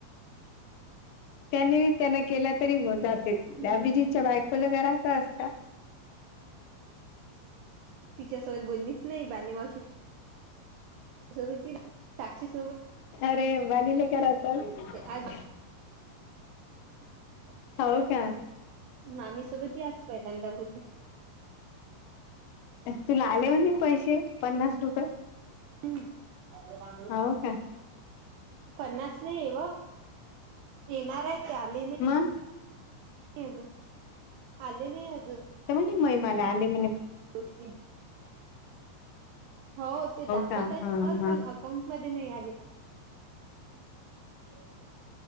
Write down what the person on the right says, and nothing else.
हम्म
तिच्यासोबत बोललीच नाही बाणी मावशी ससेस
आज <inaudible>
ना आमही सोबत आचतोय त्यांंदा बुधले
हम्म
पन्नास नाही ये येणारय ते आले नाही
अजून आले नाही अजून
तशी हो ते दाखवत
आहेत
त्या
पण अकाउंट मध्ये नाही आले हम